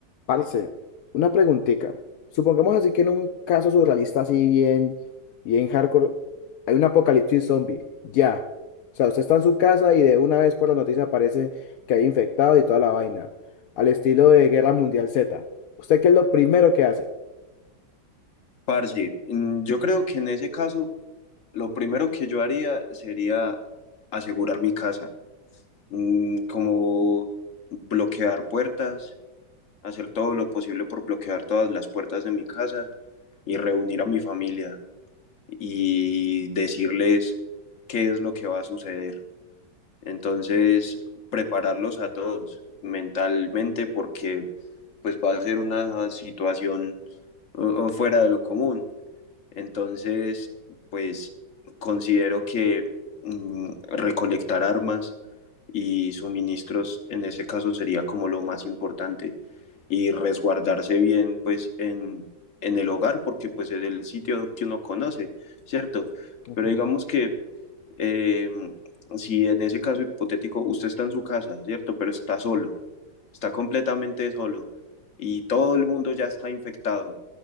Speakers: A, on the left; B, on the left.
A: Parce, una preguntica. Supongamos así que en un caso surrealista así bien, bien hardcore, hay un apocalipsis zombie. Ya. O sea, usted está en su casa y de una vez por la noticia aparece que hay infectados y toda la vaina. Al estilo de Guerra Mundial Z. ¿Usted qué es lo primero que hace?
B: Parce, mm, yo creo que en ese caso lo primero que yo haría sería asegurar mi casa, Mm, como bloquear puertas, hacer todo lo posible por bloquear todas las puertas de mi casa y reunir a mi familia y decirles qué es lo que va a suceder. Entonces, prepararlos a todos mentalmente porque pues va a ser una situación eh, fuera de lo común entonces, pues considero que mm, recolectar armas y suministros en ese caso sería como lo más importante y resguardarse bien pues en, en el hogar porque pues es el sitio que uno conoce, ¿cierto?
A: Ujú.
B: Pero digamos que eh, si en ese caso hipotético usted está en su casa, ¿cierto? Pero está solo está completamente solo y todo el mundo ya está infectado